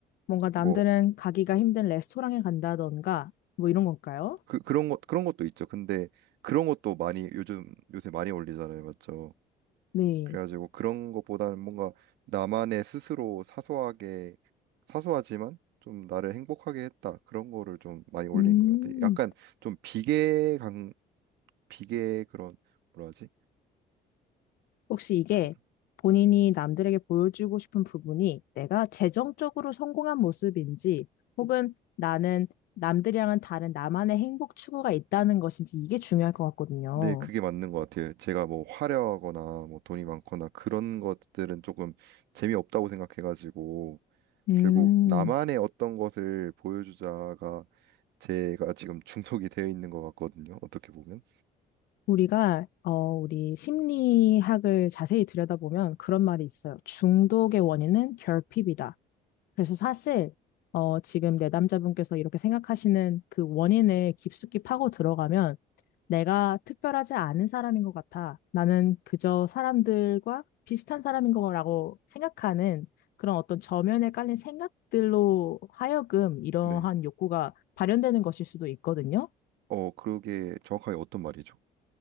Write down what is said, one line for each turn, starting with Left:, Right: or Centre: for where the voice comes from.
Left: 뭔가 남들은
Right: 뭐
Left: 가기가 힘든 레스토랑에 간다던가 뭐 이런 건가요?
Right: 그, 그런 것 그런 것도 있죠. 근데 그런 것도 많이 요즘 요새 많이 올리잖아요. 맞죠?
Left: 네.
Right: 그래가지고 그런 것보다는 뭔가 나만의 스스로 사소하게 사소하지만 좀 나를 행복하게 했다 그런 거를 좀 많이 올린
Left: 음,
Right: 것 같아요. 약간 좀 비계 강 비계 그런 뭐라 하지?
Left: 혹시 이게
Right: 그,
Left: 본인이 남들에게 보여주고 싶은 부분이 내가 재정적으로 성공한 모습인지 혹은 나는 남들이랑은 다른 나만의 행복 추구가 있다는 것인지 이게 중요할 것 같거든요.
Right: 네 그게 맞는 것 같아요. 제가 뭐 화려하거나 뭐 돈이 많거나 그런 것들은 조금 재미없다고 생각해가지고
Left: 음.
Right: 결국 나만의 어떤 것을 보여주자가 제가 지금 중독이 되어 있는 것 같거든요. 어떻게 보면.
Left: 우리가, 어, 우리 심리학을 자세히 들여다보면 그런 말이 있어요. 중독의 원인은 결핍이다. 그래서 사실, 어, 지금 내 남자분께서 이렇게 생각하시는 그 원인을 깊숙이 파고 들어가면 내가 특별하지 않은 사람인 것 같아. 나는 그저 사람들과 비슷한 사람인 거라고 생각하는 그런 어떤 저면에 깔린 생각들로 하여금 이러한
Right: 네.
Left: 욕구가 발현되는 것일 수도 있거든요.
Right: 어, 그게 정확하게 어떤 말이죠?